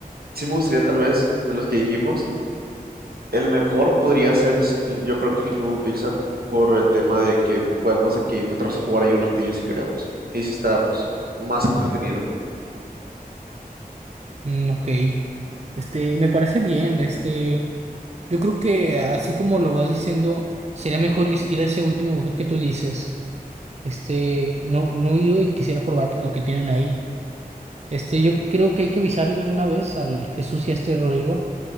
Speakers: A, on the right; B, on the right.
A: Sí me gustaría tal vez, de los que dijimos, el mejor podría ser, s- y yo creo que el Incredible Pizza, por el tema de que podemos aquí meternos a jugar ahí un ratillo si queremos. Y si está, pues, más entretenido.
B: Mm, ok. Este, me parece bien, este. Yo creo que así como lo vas diciendo, sería mejor is- ir a ese último buffet que tú dices. Este, no, no he ido y quisiera probar pues lo que tienen ahí. Este, yo creo que hay que avisarles de una vez al Jesús y a este Rodrigo,